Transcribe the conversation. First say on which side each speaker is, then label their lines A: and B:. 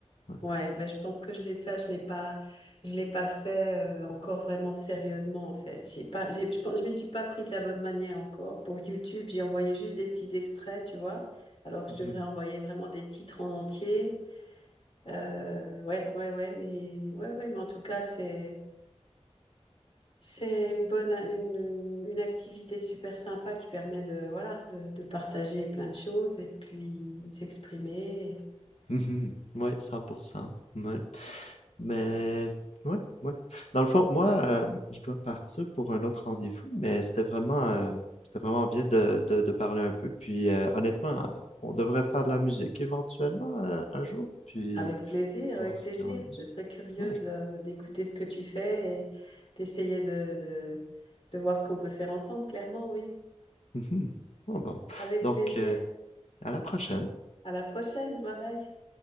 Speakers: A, on the left; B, on the left.
A: Ouais.
B: Ouais, mais je pense que je l'ai ça, je l'ai pas, je l'ai pas fait euh, encore vraiment sérieusement en fait. J'ai pas, j'ai, je pense, je m'y suis pas pris de la bonne manière encore. Pour YouTube, j'ai envoyé juste des petits extraits, tu vois, alors que
A: Mhm.
B: je devrais envoyer vraiment des titres en entier. Euh, ouais, ouais, ouais, mais ouais, ouais, mais en tout cas, c'est, c'est une bonne, une, une activité super sympa qui permet de, voilà, de, de partager plein de choses et puis de s'exprimer.
A: Mhm. Mhm. Ouais, 100%. Ouais. Mais, ouais, ouais. Dans le fond, moi, euh, je dois partir pour un autre rendez-vous, mais c'était vraiment, euh, c'était vraiment bien de, de, de parler un peu. Puis, euh, honnêtement, euh, on devrait faire de la musique éventuellement euh, un jour, puis
B: Avec plaisir, avec
A: voir ce
B: plaisir.
A: qu'il y en a.
B: Je serais curieuse
A: Ouais.
B: euh, d'écouter ce que tu fais et d'essayer de, de, de voir ce qu'on peut faire ensemble, clairement, oui.
A: Mhm. Bon, bon.
B: Avec
A: Donc,
B: plaisir.
A: euh, À la prochaine.
B: À la prochaine. Bye bye.